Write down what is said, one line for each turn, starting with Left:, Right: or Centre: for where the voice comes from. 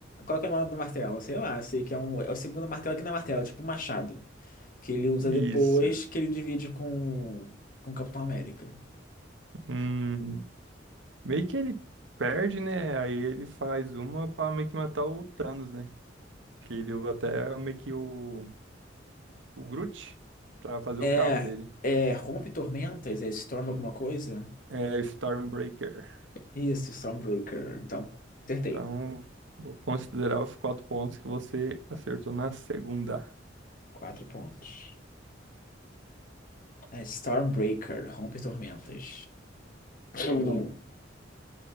Left: Qual que é o nome do martelo? Sei lá, eu sei que é um. É o segundo martelo que não é martelo, é tipo um machado. Que ele usa
Right: <laughs>
Left: depois,
Right: Isso.
Left: que ele divide com. Com o Capitão América.
Right: Hum, meio que ele perde, né? Aí ele faz uma pra meio que matar o Thanos, né? Que ele usa até meio que o, o Groot pra fazer
Left: É.
Right: o cabo dele.
Left: É. Rompe Tormentas? É Storm alguma coisa?
Right: É Stormbreaker.
Left: Isso, Stormbreaker. Então, acertei.
Right: Então, vou considerar os quatro pontos que você acertou na segunda.
Left: Quatro pontos. É Stormbreaker, Rompe Tormentas. Hum.